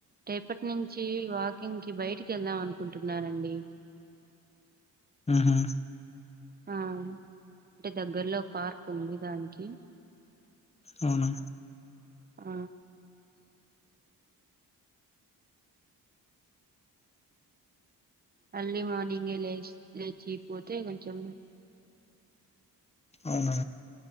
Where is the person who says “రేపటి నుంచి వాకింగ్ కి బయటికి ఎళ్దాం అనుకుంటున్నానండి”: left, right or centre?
Right